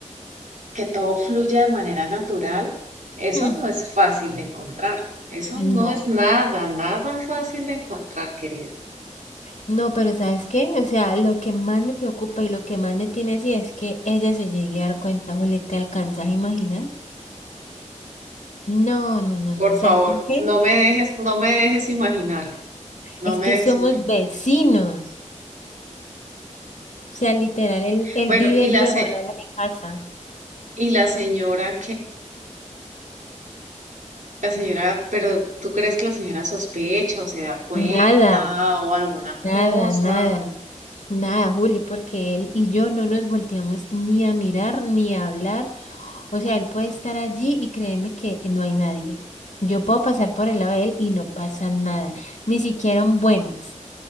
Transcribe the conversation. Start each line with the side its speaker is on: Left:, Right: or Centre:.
Right: que todo fluya de manera natural, eso
Left: <laughs>
Right: no es fácil de encontrar. Eso
Left: No.
Right: no es nada, nada fácil de encontrar, querido.
Left: No, pero ¿sabes qué? O sea, lo que más me preocupa y lo que más me tiene así es que ella se llegue a dar cuenta, Juli, ¿te alcanzas a imaginar? No, no, no,
Right: Por
Left: no,
Right: favor,
Left: ¿sabes por qué?
Right: no me dejes, no me dejes imaginarlo, no
Left: Es
Right: me
Left: que
Right: dejes
Left: somos
Right: imaginarlo.
Left: vecinos. O sea, literal, él, él
Right: Bueno,
Left: vive
Right: y la,
Left: diagonal
Right: se-
Left: a mi casa.
Right: y la señora La señora, pero ¿tú crees que la señora sospecha o se da cuenta
Left: Nada,
Right: o alguna cosa?
Left: nada, nada. Nada, Juli, porque él y yo no nos volteamos ni a mirar ni a hablar. O sea, él puede estar allí y créeme que no hay nadie. Yo puedo pasar por el lado de él y no pasa nada, ni siquiera un buenas.